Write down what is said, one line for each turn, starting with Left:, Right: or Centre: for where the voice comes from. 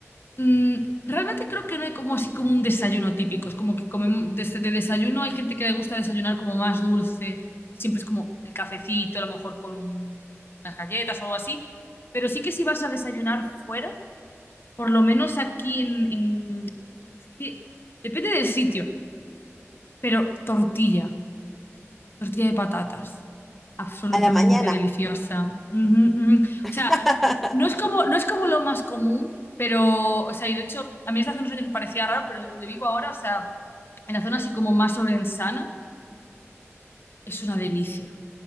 Left: mm, realmente creo que no hay como así como un desayuno típico. Es como que comemos de, de desayuno hay gente que le gusta desayunar como más dulce y siempre es como el cafecito, a lo mejor con un- unas galletas o algo así. Pero sí que si vas a desayunar fuera, por lo menos aquí en, en- es que depende del sitio, pero tortilla. Tortilla de patatas. Absolutamente
Centre: A la mañana.
Left: deliciosa. Ujú, ujú. O
Centre: <laughs>
Left: sea, no es como, no es como lo más común, pero, o sea, y de hecho, a mí hasta hace unos años me parecía raro, pero donde vivo ahora, o sea, en la zona así como más orensana, es una delicia.